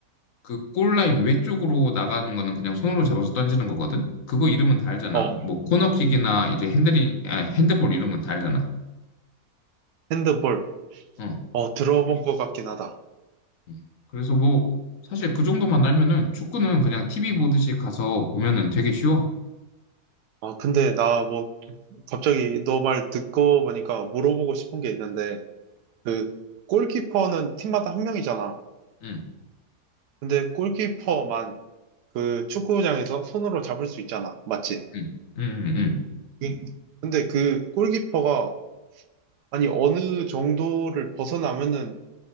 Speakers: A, on the left; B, on the right.
A: 그 골라인 외쪽으로 나가는 거는 그냥 손으로 잡아서 던지는 거거든. 그거 이름은 다 알잖아.
B: 어,
A: 뭐 코너킥이나 이제 핸들링, 아, 핸드볼 이런 건 다 알잖아.
B: 핸드볼.
A: 어.
B: 어, 들어본 것 같긴 하다.
A: 음. 그래서 뭐 사실 그 정도만 알면은 축구는 그냥 TV 보듯이 가서 보면은
B: 음.
A: 되게 쉬워.
B: 아, 근데 나 뭐, 갑자기 너 말 듣고 보니까 물어보고 싶은 게 있는데, 그, 골키퍼는 팀마다 한 명이잖아.
A: 응,
B: 근데 골키퍼만 그 축구장에서 손으로 잡을 수 있잖아. 맞지?
A: 응, 응, 응. 응.
B: 음. 근데 그 골키퍼가, 아니, 어느 정도를 벗어나면은